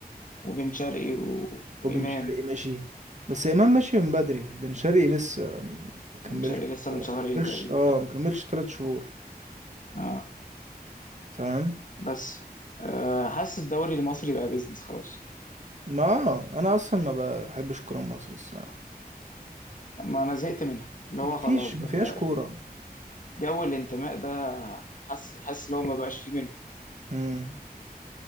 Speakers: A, on the left; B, on the right.
A: وبن شرقي و... وامام
B: وبن شرقي مشي بس إمام مشي من بدري بن شرقي لسه ما
A: بن
B: كملش
A: شرقي لسه
B: ما
A: من شهرين
B: كملش
A: تقريبا
B: اه
A: ثلاثه
B: ما كملش تلات شهور
A: اه
B: فاهم
A: بس آه حاسس الدوري المصري بقى بيزنس خلاص
B: ما آه، أنا أصلا ما بحبش الكورة المصري الصراحة
A: ما انا زهقت منها اللي
B: مفيش
A: هو خلاص بقى
B: مفيهاش كورة
A: جو الانتماء ده حاسس حاسس لو ما بقاش فيه منه
B: مم.